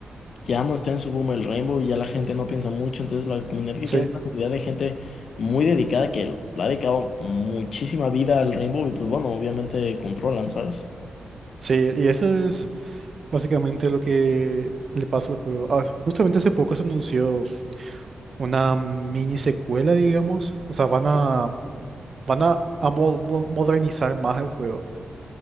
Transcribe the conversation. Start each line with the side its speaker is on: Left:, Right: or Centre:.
Left: ya no está en su boom el Rainbow y ya la gente no piensa mucho, entonces la comunidad que
Right: Sí,
Left: queda es una comunidad de gente muy dedicada que le ha dedicado muchísima vida al Rainbow y pues bueno, obviamente controlan, ¿sabes?
Right: sí, y eso es básicamente lo que le pasa al juego. Ah, justamente hace poco se anunció una mini secuela, digamos. O sea, van a van a, a mo- mo- modernizar más el juego,